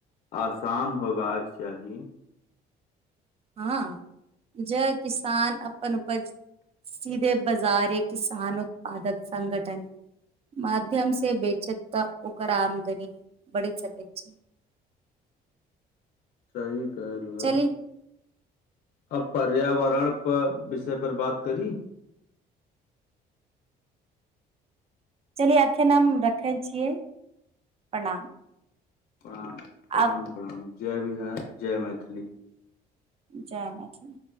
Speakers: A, on the left (about 60°); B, on the right (about 35°).
A: आसान होएबाक चाही
B: हँ जय किसान अपन उपज सीधे बाजारे किसान उत्पादक संघठन माध्यम से बेचत तऽ ओकर आमदनी बढ़ि सकैत छै <inaudible>
A: सही कहलु
B: चली
A: ह अब पर्यावरण पर विषय पर बात करी
B: चलिए अखेन हम रखे छियै प्रणाम
A: प्रणाम प्रणाम
B: आब
A: प्रणाम जय बिहार जय मैथिली
B: जय मैथिली